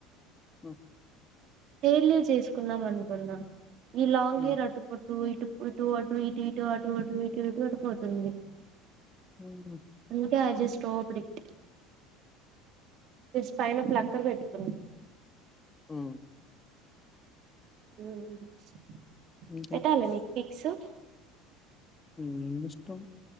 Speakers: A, on the left; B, on the right.
A: ఓహో
B: హెయిర్ లివ్ చేసుకుందాం అనుకున్నా ఈ లాంగ్
A: ఉమ్,
B: హెయిర్ అటుపుట్ ఇటు ఇటు ఇటు అటు ఇటు ఇటు అటు అటు ఇటు ఇటు అటు పోతుంది
A: ఉమ్,
B: అందుకే కట్ చేస్ సూపర్ హిట్ ప్లస్ పైన ప్లక్కర్ పెట్టుకున్న
A: ఆ
B: ఊ <unintelligible>
A: ఇంకేం
B: సో
A: ఉ ఇష్టం